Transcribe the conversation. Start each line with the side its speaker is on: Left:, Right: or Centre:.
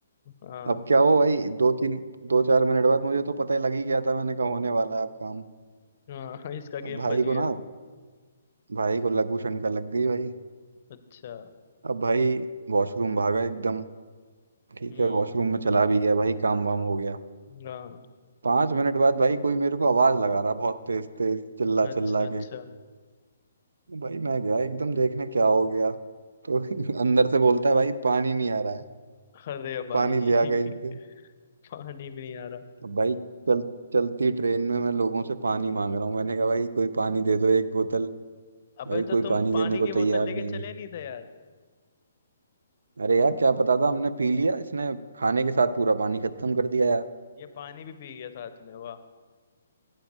Left: हाँ
Right: अब क्या हो भाई दो तीन दो चार मिनट बाद मुझे तो पता ही लग ही गया था मैंने कहा होने वाला है अब काम
Left: हाँ इसका
Right: अब
Left: गेम
Right: भाई
Left: बच गया
Right: को ना भाई को लघु शंका लग गई भाई
Left: अच्छा
Right: अब भाई वॉशरूम भागा एकदम ठीक
Left: हम्म
Right: है वॉशरूम में चला भी गया भाई काम वाम हो गया
Left: हाँ
Right: पांच मिनट बाद भाई कोई मेरे को आवाज लगा रहा बहुत तेज तेज चिल्ला
Left: अच्छा
Right: चिल्ला
Left: अच्छा
Right: के भाई मैं गया एकदम देखने क्या हो गया तो <laughs> अंदर से बोलता है भाई पानी नहीं आ रहा है
Left: अरे भाई
Right: पानी लिया
Left: <laughs>
Right: कहीं से
Left: पानी भी नहीं आ रहा
Right: अब भाई चल चलती ट्रेन में मैं लोगों से पानी मांग रहा हूँ मैंने कहा भाई कोई पानी दे दो एक बोतल
Left: अबे
Right: भाई
Left: तो
Right: कोई
Left: तुम
Right: पानी
Left: पानी
Right: देने को
Left: की
Right: तैयार
Left: बोतल लेके
Right: नहीं
Left: चले
Right: हुए
Left: नहीं थे यार
Right: अरे यार क्या पता था हमने पी लिया इसने खाने के साथ पूरा पानी खत्म कर दिया यार
Left: ये पानी भी पी गया साथ में वाह